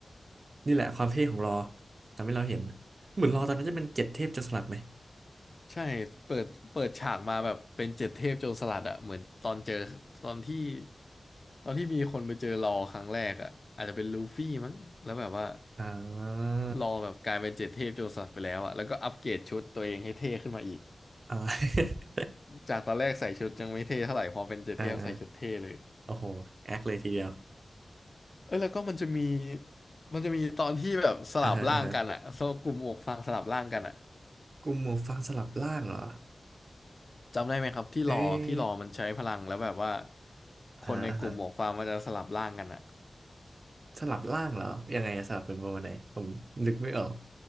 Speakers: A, on the right (about 55°); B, on the left (about 45°).
A: นี่แหละความเท่ของรอทำให้เราเห็น เหมือนรอตอนนั้นจะเป็นเจ็ดเทพจะสลัดไหม
B: ใช่เปิดเปิดฉากมาแบบเป็นเจ็ดเทพโจรสลัดอะเหมือนตอนเจอตอนที่ตอนที่มีคนไปเจอรอครั้งแรกอะอาจจะเป็นลูฟี่มั้งแล้วแบบว่า
A: อ่า
B: รอแบบกลายเป็นเจ็ดเทพโจรสลัดไปแล้วอะแล้วก็อัปเกรดชุดตัวเองให้เท่ขึ้นมาอีก
A: อ่า
B: จากตอนแรกใส่ชุดยังไม่เท่เท่าไหร่พอเป็นเจ็ดเทพใส่ชุดเท่เลย
A: <laughs> ออเออโอ้โห แอคเลยทีเดียว
B: เออแล้วก็มันจะมีมันจะมีตอนที่แบบสลับร่างกันอะโซกลุ่มอกฟางสลับร่างกันอะ
A: อ่าฮะอ่าฮะกลุ่มหมวกฟางสลับล่างเหรอ
B: จำได้ไหมครับที่รอที่รอมันใช้พลังแล้วแบบว่า
A: เอ๊ะ
B: คนในกลุ่มหมวกฟางมันจะสลับร่างกันอะ
A: อ่าอ่าฮะสลับล่างเหรอยังไงอะสลับเป็นประมาณไหนผมนึกไม่ออก